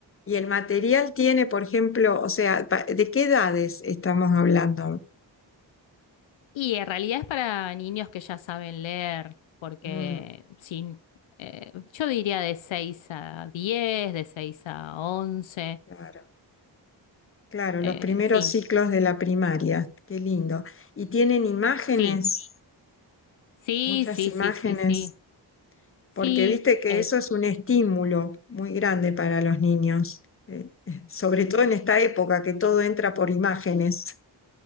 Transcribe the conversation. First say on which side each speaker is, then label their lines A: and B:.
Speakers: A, on the left; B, on the left.
A: y el material tiene, por ejemplo, o sea, pa- ¿de qué edades estamos hablando?
B: Y en realidad es para niños que ya saben leer, porque
A: Mm,
B: sin, eh, yo diría de 6 a 10, de 6 a 11,
A: claro, claro,
B: eh,
A: los primeros
B: sí,
A: ciclos de la primaria, qué lindo. Y tienen imágenes,
B: sí, sí,
A: muchas
B: sí,
A: imágenes,
B: sí, sí, sí, sí,
A: porque viste que
B: eh,
A: eso es un estímulo muy grande para los niños, eh, eh, sobre todo en esta época que todo entra por imágenes.